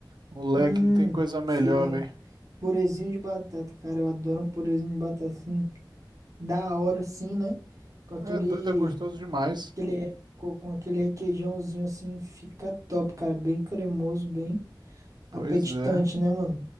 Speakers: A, on the right (about 65°); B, on the right (about 40°).
A: Moleque,
B: Hum,
A: não tem coisa melhor,
B: fila aí.
A: velho.
B: Purezinho de batata, cara. Eu adoro um purezinho de batata assim, da hora assim, né? Com aquele,
A: É doido, é gostoso demais.
B: aquele re- co- com aquele requeijãozinho assim, fica top, cara. Bem cremoso, bem
A: Pois
B: apetitante,
A: é.
B: né, mano?